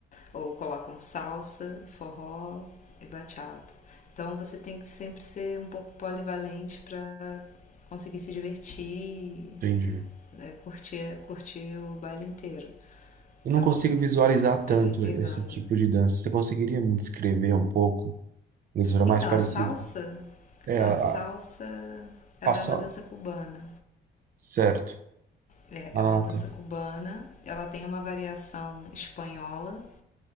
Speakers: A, on the left (about 40°); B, on the right (about 50°).
A: Ou colocam salsa, forró e bachata. Então você tem que sempre ser um pouco polivalente para conseguir se divertir,
B: Entendi.
A: é, curtir, curtir o baile inteiro.
B: Eu
A: Então,
B: não consigo visualizar
A: acabei
B: tanto
A: pegando.
B: esse tipo de dança. Você conseguiria me descrever um pouco? Eles eram
A: Então,
B: mais parecidos.
A: a salsa,
B: É,
A: a
B: a,
A: salsa,
B: a,
A: ela
B: a só.
A: é uma dança cubana.
B: Certo.
A: É,
B: Ah,
A: é uma dança
B: tá.
A: cubana, ela tem uma variação espanhola,